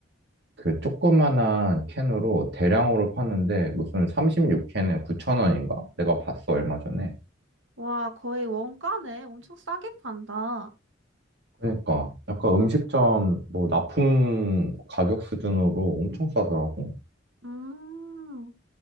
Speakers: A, on the right; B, on the right.
A: 그 조그만한 캔으로 대량으로 파는데 무슨 36캔에 9,000원인가? 내가 봤어 얼마 전에.
B: 와, 거의 원가네. 엄청 싸게 판다.
A: 그러니까 약간 음식점 뭐 납품 가격 수준으로 엄청 싸더라고.
B: 음.